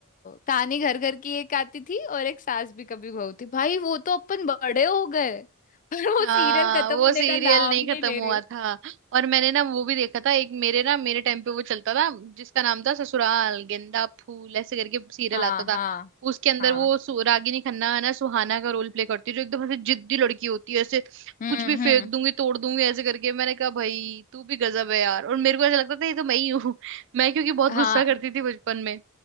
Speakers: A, on the left (about 35°); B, on the right (about 60°).
A: कहानी घर घर की एक आती थी और एक सास भी कभी बहू थी भाई वो तो अपन बड़े हो गए पर वो
B: हाँ
A: सीरियल खत्म
B: वो
A: होने
B: सीरियल
A: का नाम
B: नहीं
A: नहीं
B: खत्म
A: ले
B: हुआ
A: रही है
B: था और मैंने ना वो भी देखा था एक मेरे ना मेरे टाइम पे वो चलता था जिसका नाम था ससुराल गेंदा फूल ऐसे करके सीरियल
A: हाँ
B: आता था
A: हाँ
B: उसके अंदर
A: हाँ
B: वो सु- रागिनी खन्ना है ना सुहाना का रोल प्ले करती है जो एकदम ऐसे जिद्दी लड़की होती है ऐसे
A: हम्म
B: कुछ भी फेंक
A: हम्म
B: दूंगी तोड़ दूंगी ऐसे करके मैंने कहा भाई तू भी गजब है यार और मेरे को ऐसा लगता था ये तो मैं ही हूँ <laughs> मैं क्योंकि बहुत
A: हाँ
B: गुस्सा करती थी बचपन में